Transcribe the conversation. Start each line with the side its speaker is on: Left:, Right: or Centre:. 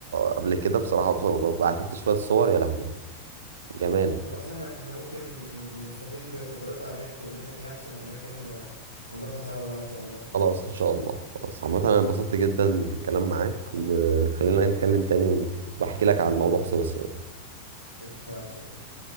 Right: قبل كده بصراحه بعتت لي شويه صور يا لهوي جمال
Left: خلاص احنا احنا ممكن نستفيد من خبرتها هناك تقول لنا ايه أحسن أماكن آه، ونروحها سوا بقى إن شاء الله
Right: خلاص ان شاء الله خلاص عامة انا انبسطت جدا بالكلام معاك وخلينا نتكلم تاني وبحكي لك عن موضوع سويسرا ده
Left: اتفقنا يا صديقي